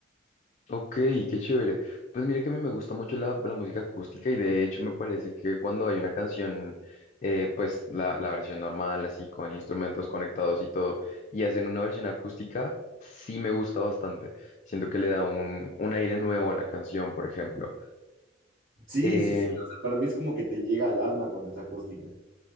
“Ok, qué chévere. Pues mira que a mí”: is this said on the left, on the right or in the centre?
Left